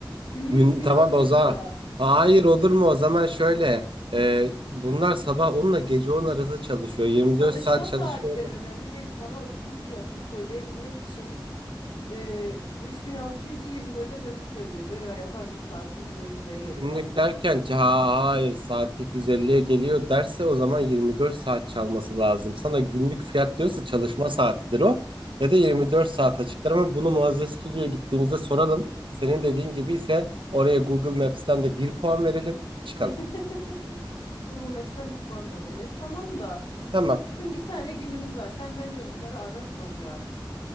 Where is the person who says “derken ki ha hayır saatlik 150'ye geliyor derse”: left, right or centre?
Right